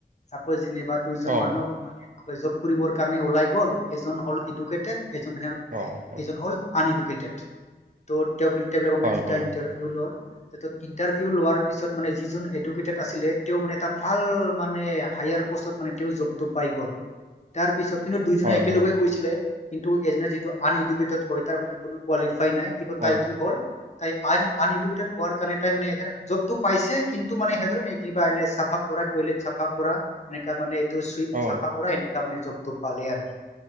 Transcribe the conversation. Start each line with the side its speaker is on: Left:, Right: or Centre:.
Left: চাপজ যেনিবা দুইজন
Right: অ', অ',
Left: মানুহ মানে জব কৰিবৰ কাৰণে ওলাই গ'ল এজন হ'ল এডুকেটেড এজন হেল
Right: হয়,
Left: এজন হ'ল আন এডুকেটেড ত' তেওঁ বু পানে
Right: হয়,
Left: যেতিয়া
Right: হয়,
Left: ইণ্টাৰভিউ ল'ল ইণ্টাৰভিউ লোৱাৰ পিছত মানে যিজন এডুকেটেড আছিলে তেওঁ মানে এটা ভাল মানে হায়াৰ প'ষ্টত মানে তেওঁ জবটো পাই গ'ল তাৰ পিছত কিন্তু দুইজনে
Right: হয়,
Left: একেলগে
Right: হয়,
Left: গৈছিলে কিন্তু এজনে যিটো আন এডুকেটেড হয় তাৰ মানে কোনো কোৱালি নাই কিন্তু
Right: হয়,
Left: তাই কি হ'ল তাই আন আন এডুকেটেড হোৱাৰ তাই মানে যবটো পাইছে কিন্তু মানে সেই কিবা এ চফা কৰা তইলেত চাফা কৰা। এ মানে। সুইফ
Right: অ',
Left: চাফা কৰা এনেকা মানে জবটো পালে আৰু সি